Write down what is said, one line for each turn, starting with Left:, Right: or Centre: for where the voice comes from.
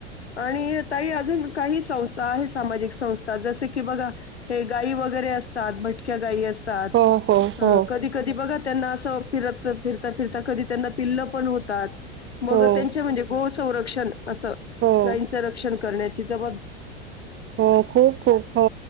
Left: आणि ताई अजून काही संस्था आहे सामाजिक संस्था जस की बघा हे गायी वगैरे, असतात भटक्या गायी, असुन.
Right: हो हो हो
Left: कधी कधी बघा त्यांना असं फिरत फिरता फिरता कधी त्यांना पिल्ल पण होतात. बघत
Right: हो
Left: म्हणजे गो संरक्षण.. असं
Right: हो
Left: गायींचं रक्षण करण्या ज घ
Right: हो खूप खूप हो